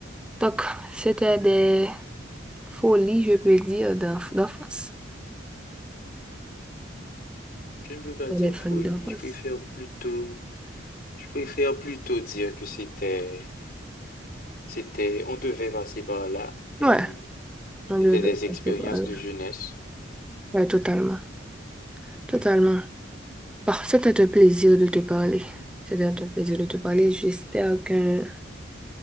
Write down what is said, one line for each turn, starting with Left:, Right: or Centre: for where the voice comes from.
Centre: Donc, c'était des folies, je peux dire, d'enf- d'enfance.
Left: Je ne peux pas dire
Centre: C'était Des folies
Left: folie.
Centre: d'enfance.
Left: Je préfère plutôt, je préfère plutôt dire que c'était, c'était, on devait passer par là et
Centre: Ouais, on
Left: c'était
Centre: devait
Left: des expériences
Centre: un peu parler.
Left: de jeunesse.
Centre: Ouais, totalement. Totalement. Bon, c'était un plaisir de te parler. C'était un plaisir de te parler. J'espère que